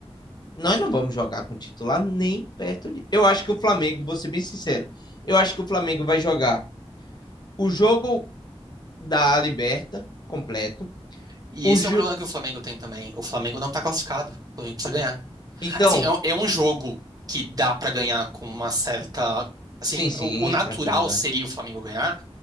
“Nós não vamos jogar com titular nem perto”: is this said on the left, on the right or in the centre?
Left